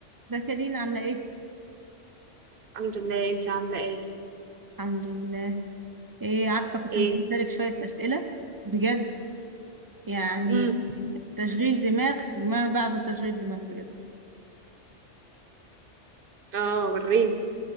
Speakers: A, on the right (about 35°); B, on the right (about 50°).
A: ازيك يا دينا عاملة ايه؟
B: الحمد لله انت عامله ايه
A: الحمد لله ايه عارفة كنت
B: ايه
A: مجهزة لك شوية أسئلة بجد يعني
B: امم
A: تشغيل دماغ ما بعده تشغيل دماغ بجد
B: اه وريني